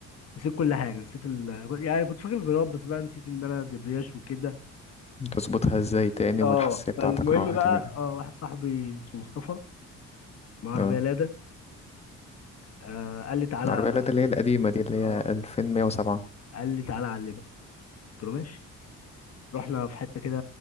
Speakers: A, on the left (about 55°); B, on the left (about 20°).
A: نسيت كل حاجه نسيت ال... يعني كنت فاكر الغراب بس بقى نسيت ان انا دبرياش وكده
B: تظبطها ازاي تاني
A: اه
B: والحساسية بتاعتك
A: فالمهم
B: راحت
A: بقى
B: وكده
A: اه واحد صاحبي اسمه مصطفى معاه عربيه
B: اه
A: لادا آه قال لي تعالى
B: العربية اللي اللي هي القديمة دي اللي هي
A: اه
B: 2107
A: قال لي تعالى اعلمك قلت له ماشي رحنا في حته كده